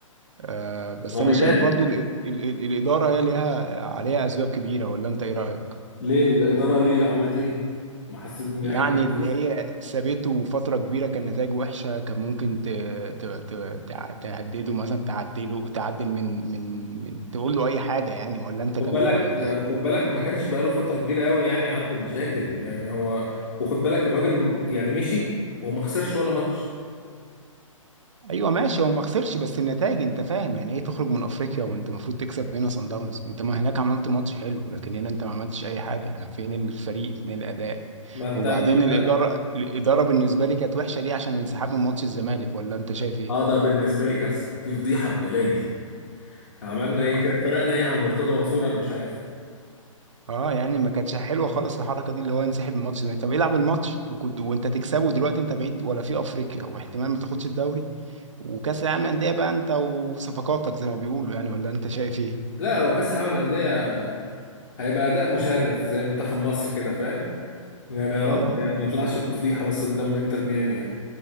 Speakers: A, on the right; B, on the left.
A: آه بس
B: هو
A: انا
B: بيدافع
A: شايف برضو ال... ال... ال... الإدارة هي ليها عليها اسباب كبيرة ولا انت ايه رأيك؟
B: ليه الإدارة ليه عملت ايه ما حسيت يعني
A: يعني اللي هي سابته فترة كبيرة كان نتائجه وحشة كان ممكن ت... ت... ت... تع- تهدده مثلا تعدله تعدل من من من تقول له أي حاجة يعني ولا أنت
B: خد
A: كان
B: بالك
A: إيه رأيك برضه؟
B: خد بالك ما كانش بقاله فترة كبيرة قوي يعني عنده مشاكل يعني هو وخد بالك الراجل يعني مشي وما خسرش ولا ماتش
A: أيوه ماشي هو ما خسرش بس النتائج أنت فاهم يعني إيه تخرج من أفريقيا وأنت المفروض تكسب هنا صن داونز أنت ما هناك عملت ماتش حلو لكن هنا أنت ما عملتش أي حاجة فين الفريق فين الأداء؟
B: ما انت
A: وبعدين
B: ما انت
A: الإدارة الإدارة بالنسبة لي كانت وحشة ليه عشان انسحاب من ماتش الزمالك ولا أنت شايف إيه؟
B: اه ده بالنسبة لي كارثة دي فضيحة بجلاجل عملنا ايه
A: آه.
B: كده فرقنا ايه عن مرتضى منصور انا مش عارف
A: اه يعني ما كانتش حلوه خالص الحركه دي اللي هو ينسحب من الماتش ده. طب العب الماتش وكنت وانت تكسبه دلوقتي انت بعيد ولا في افريقيا واحتمال ما تاخدش الدوري وكاس العالم انديه بقى انت وصفقاتك زي ما بيقولوا يعني ولا انت شايف ايه
B: لا هو كاس العالم للأندية هيبقى أداء مشرف زي منتخب مصر كده فاهم يعني يا رب
A: اه
B: يعني ما يطلعش بفضيحة بس قدام انتر ميامي يعني